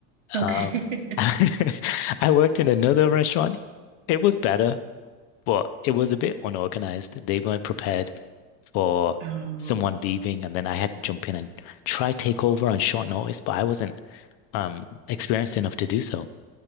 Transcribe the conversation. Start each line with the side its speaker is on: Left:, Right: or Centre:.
Right: Okay.
Left: Uh, <laughs> I worked in another restaurant. It was better, but it was a bit unorganized. They weren't prepared for
Right: <laughs>
Left: someone
Right: Oh.
Left: leaving, and then I had to jump in and try take over on short notice, but I wasn't um experienced enough to do so.